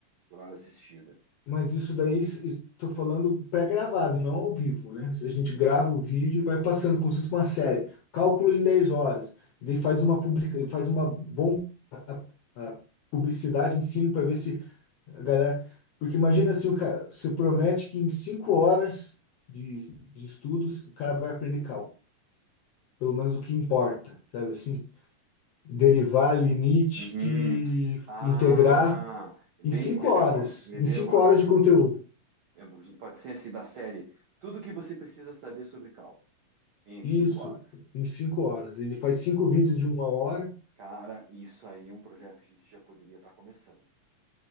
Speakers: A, on the right; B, on the left.
A: por hora assistida.
B: mas isso daí estou falando pré-gravado, não ao vivo, né? A gente grava o vídeo e vai passando como se fosse uma série. Cálculo em 10 horas. E daí faz uma publica, faz uma bomba a- a publicidade em cima para ver se A galera, porque imagina assim, o cara, você promete que em cinco horas de, de estudos o cara vai aprender cálculo, pelo menos o que importa, sabe assim? Derivar, limite,
A: Uhum. Ah,
B: integrar
A: bem,
B: em cinco
A: quer
B: horas,
A: ver, ó, me
B: em
A: veio
B: cinco
A: agora,
B: horas de conteúdo.
A: é, a gente pode ser assim, da série, tudo que você precisa saber sobre cálculo em
B: Isso,
A: 5 horas.
B: em cinco horas. Ele faz cinco vídeos de uma hora.
A: Cara, isso aí é um projeto que a gente já poderia estar começando.